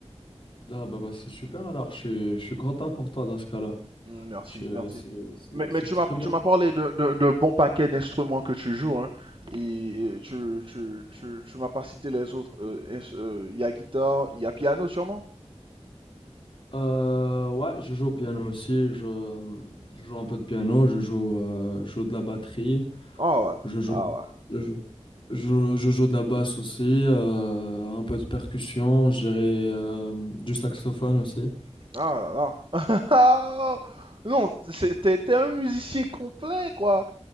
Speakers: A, on the left; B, on the right.
A: Ah, bah, bah, c'est super alors. Je suis, je suis content pour toi dans ce cas-là.
B: Mm, Merci,
A: Je-
B: merci.
A: C'est c'est-
B: Mais,
A: c'est
B: mais tu
A: très
B: m'as,
A: bien.
B: tu m'as parlé de, de, de bons paquets d'instruments que tu joues, hein. Et, et tu, tu, tu, tu m'as pas cité les autres. Euh, est euh, Il y a guitare, il y a piano sûrement?
A: Euh, ouais, je joue au piano aussi. Je, je joue un peu de piano. Je joue, euh, je joue de la batterie.
B: Ah ouais.
A: Je joue,
B: Ah ouais.
A: je, je, je joue de la basse aussi. euh, un peu de percussion. Je dirais euh, du saxophone aussi.
B: Ah là là. Ah! Non, c'est- t'es t'es un musicien complet, quoi.